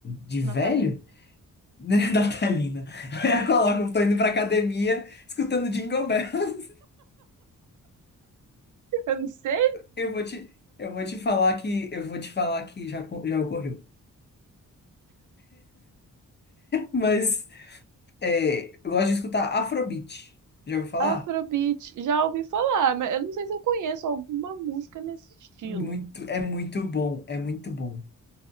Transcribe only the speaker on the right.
Natália. <laughs>
Eu não sei.
Afrobeat, já ouvi falar, mas eu não sei se eu conheço alguma música nesse estilo.